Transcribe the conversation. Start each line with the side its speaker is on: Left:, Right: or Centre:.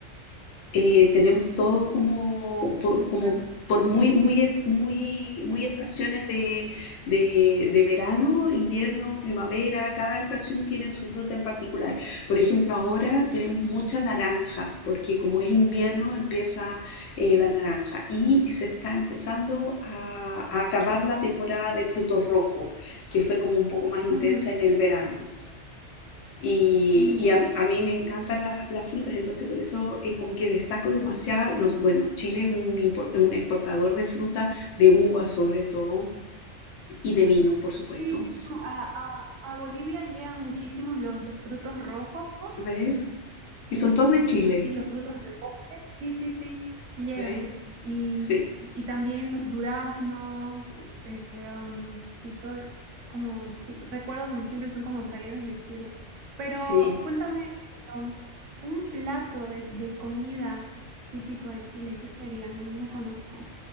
Left: eh, tenemos todo como, por,
Right: Me
Left: como
Right: encanta.
Left: por muy, muy, muy, muy estaciones de, de, de verano, invierno, primavera, cada estación tiene su fruta en particular. Por ejemplo, ahora tenemos mucha naranja, porque como es invierno empieza eh, la naranja y se está empezando a, a acabar la temporada de frutos rojos, que fue como un poco más intensa
Right: Ujú,
Left: en el verano. Y,
Right: mm,
Left: y
Right: Ya.
Left: a, a mí me encantan las, las frutas, entonces por eso eh, como que destaco demasiado. nos- bueno, Chile es un, impor- un exportador de fruta, de uvas sobre todo, y de vinos, por supuesto.
Right: Sí, sí, como a, a- a Bolivia llegan muchísimos los, los frutos rojos
Left: ¿Ves? Y
Right: Eh,
Left: son todos de Chile,
Right: um, sí, los frutos del bosque, sí, sí, sí, llegan.
Left: ¿ves?
Right: Y,
Left: Sí,
Right: y también los duraznos, eh, eh, um, sí, todo, como, sí, recuerdo como siempre son como traídos de Chile. Pero
Left: sí.
Right: cuéntame, um, un plato de, de comida típico de Chile, ¿qué sería? No, no conozco.